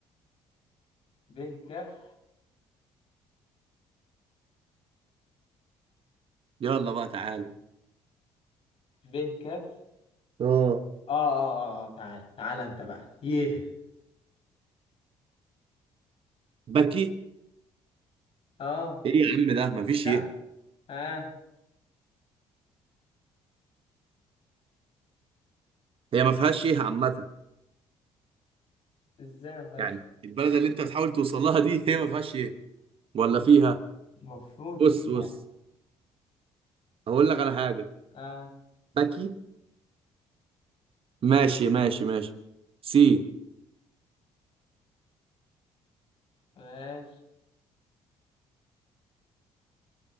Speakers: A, on the left; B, on the right.
A: <laughs> ب كف
B: يلا بقى تعالى
A: ب كف
B: اه
A: اه اه اه آه، تعال تعال انت بقى يه
B: بكي
A: اه
B: ايه يا عم ده مفيش
A: كم
B: ايه
A: اه
B: هي ما فيهاش ايه عامه
A: ازاي ما فيهاش
B: يعني البلد اللي انت بتحاول توصل لها دي هي ما فيهاش ايه ولا فيها
A: المفروض
B: بص
A: فيها
B: بص هقول لك على حاجه
A: اه
B: بكي ماشي ماشي ماشي سي
A: ماشي